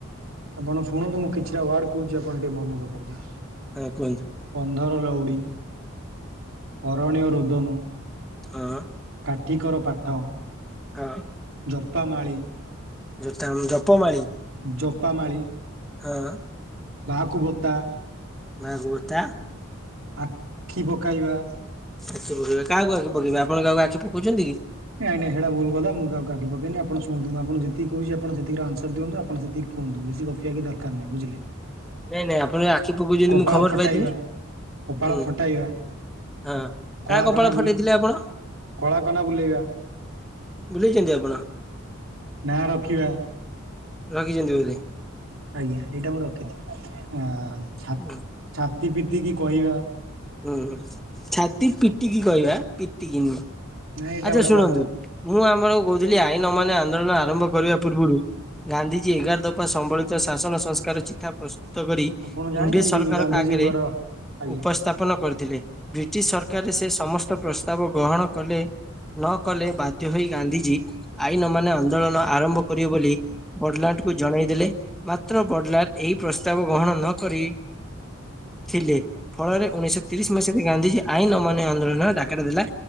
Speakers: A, on the right (about 70°); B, in the centre.
A: ଆପଣ ଶୁଣନ୍ତୁ, ମୁଁ କିଛିଟା ୱାର୍ଡ କହୁଛି, ଆପଣ ଟିକେ ମନେ ରଖନ୍ତୁ।
B: ହଁ କୁହନ୍ତୁ
A: ଅନ୍ଧର ଲଉଡ଼ି, ଅରଣୀୟ ରୋଦନ
B: ଆଁ
A: କାଠିକର ପାଠ।
B: ଅଁ।
A: ଜପା ମାାଳି।
B: ଜୋତାମ୍ ଜପମାଳି
A: ଜପାମାଳି।
B: ହଁ।
A: ବାଆକୁ ବତା।
B: ବାଆକୁବତା!
A: ଆଖି ପକାଇବା।
B: କାହାକୁ ଆଖି ପକେଇବା, ଆପଣ କାହାକୁ ଆଖି ପକଉଛନ୍ତି କି?
A: ନାଇଁ, ନାଇଁ ହେଡା ଭୁଲ୍ କଥା। ମୁଁ କହାକୁ ଆଖି ପକେଇଁନି। ଆପଣ ଶୁଣନ୍ତୁ ମୁ, ଆପଣକୁ ଯେତିକି କହୁଚି ଆପଣ ସେତିକି ର ଆନ୍ସର ଦିଅନ୍ତୁ। ଆପଣ ସେତିକ୍ କୁହନ୍ତୁ, ବେଶୀ ଗପିବା ବି ଦରକାର ନାହିଁ, ବୁଝିଲେ!
B: ନାଇଁ, ନାଇଁ ଆପଣ ଆଖି ପକଉଚନ୍ତି,
A: କପାଳ
B: ମୁଁ ଖବର
A: ଫଟାଇବା,
B: ପାଇଥିଲି?
A: କପାଳ
B: ହୁଁ।
A: ଫଟାଇବା,
B: ହଁ,
A: କଳାକନା
B: କା କପାଳ
A: ବୁଲ
B: ଫଟେଇଥିଲେ ଆପଣ?
A: କଳାକନା ବୁଲେଇବା,
B: ଭୁଲିଯାଇଛନ୍ତି ଆପଣ?
A: ନାଁ ରଖିବା।
B: ରଖିଛନ୍ତି ବୋଧେ!
A: ଆଜ୍ଞା, ଏଇଟା ମୁଁ ରଖିଛି। ଆଁ ଛା-ଛାତି
B: ହୁଁ
A: ପିତି କିି କହିବା।
B: ହୁଁ, ହୁଁ, ଛାତି ପିଟିକି କହିବା ପିତିକି ନୁହଁ।
A: ନାଇଁ ଏଇଟା
B: ଆଚ୍ଛା,
A: ଗୋଟେ
B: ଶୁଣନ୍ତୁ
A: ୱାର୍ଡ ଅଛି
B: ମୁଁ ଆମର କହୁଥିଲି, ଆଇନ ଅମାନ୍ୟ ଆନ୍ଦୋଳନ ଆରମ୍ଭ କରିବା ପୂର୍ବୁରୁ ଗାନ୍ଧିଜୀ ଏଗାର ଦଫା ସମ୍ବଳିତ ଶାସନ ସଂସ୍କାର ଚିଠା ପ୍ରସ୍ ତ କରି,
A: ଆପଣ ଜାଣିଛନ୍ତି
B: ଇଂରେଜ ସରକାରଙ୍କ
A: କି ଗାନ୍ଧିଜୀଙ୍କର
B: ଆଗରେ
A: ଆଜ୍ଞା
B: ଉପସ୍ଥାପନ କରିଥିଲେ। ବ୍ରିଟିଶ ସରକାରରେ, ସେ ସମସ୍ତ ପ୍ରସ୍ତାବ ଗ୍ରହଣ କଲେ। ନ କଲେ ବାଧ୍ୟ ହୋଇ ଗାନ୍ଧୀଜୀ, ଆଇନ ଅମାନ୍ୟ ଆନ୍ଦୋଳନ ଆରମ୍ଭ କରିବେ ବୋଲି ବଡଲାଟ୍ କୁ ଜଣାଇ ଦେଲେ। ମାତ୍ର ବଡଲାଟ୍ ଏହି ପ୍ରସ୍ତାବ ଗ୍ରହଣ ନ କରି ଥିଲେ, ଫଳରେ ଉଣେଇଶହ ତିରିଶ ମସିହାରେ ଗାନ୍ଧିଜୀ ଆଇନ ଅମାନ୍ୟ ଆନ୍ଦୋଳନର ଡାକରା ଦେଲା।